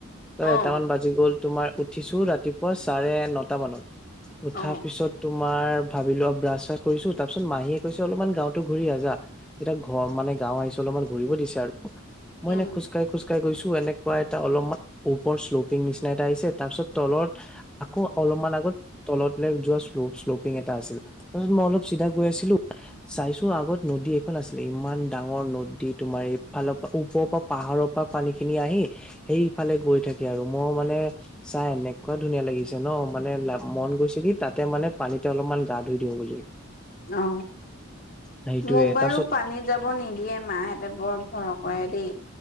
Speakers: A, in the centre; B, on the left (about 40°).
A: তই
B: অ
A: এটামান বাজি গ'ল তোমাৰ উঠিছো ৰাতিপুৱা চাৰে নটা মানত উঠাৰ
B: অ
A: পিছত তোমাৰ ভাবি লোৱা ব্ৰাছ চাছ কৰিছো তাৰপিছত মাহীয়ে কৈছে অলপমান গাঁওতো ঘূৰি আ যা এতিয়া ঘৰ মানে গাঁও আহিছো অলপমান ঘূৰিব দিছে আৰু মই
B: উম
A: এনে খোজকঢ়া খোজকাঢ়ি খোজকাঢ়ি গৈছো এনেকুৱা এটা অলপমান ওপৰৰ শ্লোপিং নিচিনা এটা আহিছে তাৰপিছত তলত আকৌ অলপমান আগত তলত যোৱা শ্লপ শ্লোপিং এটা আছিল তাৰপিছত মই অলপ চিধা গৈ আছিলো চাইছো আগত নদী এখন আছিলে ইমান ডাঙৰ নদী তোমাৰ এইফালৰ পৰা ওপৰৰ পৰা পাহাৰৰ পৰা পানী খিনি আহি সেই ফালে গৈ থাকে আৰু মই মানে চাই এনেকুৱা ধুনীয়া লাগিছে ন মানে ল মন গৈছে কি তাতে মানে পানীতে অলপমান গা ধুই দিওঁ বুলি <inaudible>
B: অ
A: সেইটোয়ে
B: মোক বাৰু
A: তাৰপিছত
B: পানীত যাব নিদিয়ে মাহেতে বৰ ভয় কৰে দেই